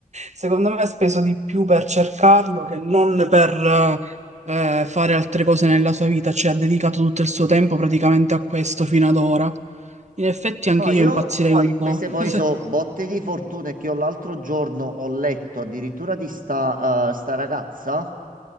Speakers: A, on the right; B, on the right.
A: secondo me ha speso di più per cercarlo che non per eh, fare altre cose nella sua vita, cioè ha dedicato tutto il suo tempo praticamente a questo fino ad ora. In effetti anche
B: No,
A: io
B: io
A: impazzirei Poi, un po'.
B: queste poi
A: <laughs> Se-
B: so botte di fortuna che io l'altro giorno ho letto addirittura di sta, eh, sta ragazza